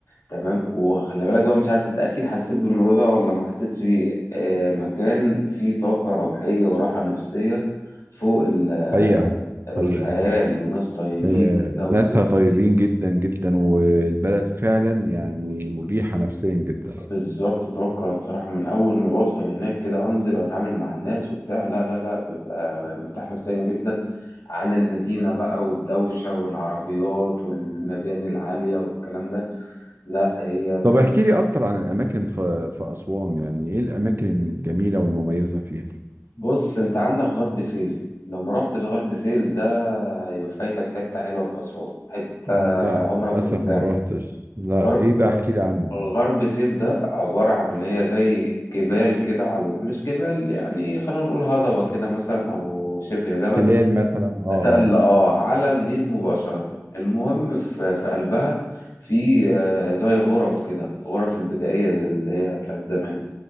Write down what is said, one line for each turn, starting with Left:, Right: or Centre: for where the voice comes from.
Left: تمام وخلي بالك بقى مش عارف انت اكيد حسيت بالموضوع ده ولا ما حسيتش بيه آه مكان فيه طاقة روحية وراحة نفسية فوق ال- آه،
Right: حقيقة
Left: الخيال
Right: حقيقة
Left: وناس طيبين
Right: آه،
Left: كده و-
Right: ناسها طيبين جدا جدا
Left: مم.
Right: والبلد فعلا يعني مريحة نفسيا جدا
Left: بالظبط طاقة الصراحة من أول ما بوصل هناك كده وأنزل وأتعامل مع الناس وبتاع لا لا لا ببقى مرتاح نفسيا جدا عن المدينة بقى والدوشة والعربيات والمباني العالية والكلام ده لا هي
Right: طب
Left: تروح
Right: احكي لي اكتر عن الاماكن في في اسوان يعني ايه الاماكن الجميلة والمميزة فيها
Left: بص انت عندك غرب سهيل لو ما رحتش غرب سهيل ده يبقى فايتك حتة حلوة في أسوان حتة
Right: لا
Left: عمرك
Right: للاسف
Left: ما تنساها
Right: ما روحتش لا
Left: غرب
Right: ايه بقى احكي لي عن
Left: غرب سهيل ده عبارة عن اللي هي زي جبال كده على مش جبال يعني خلينا نقول هضبة كده مثلا أو شبه جبل
Right: تلال مثلا اه
Left: تل
Right: اه
Left: اه على النيل مباشرة المهم في, في قلبها في آه، زي غرف كده غرف البدائية زي اللي هي بتاعت زمان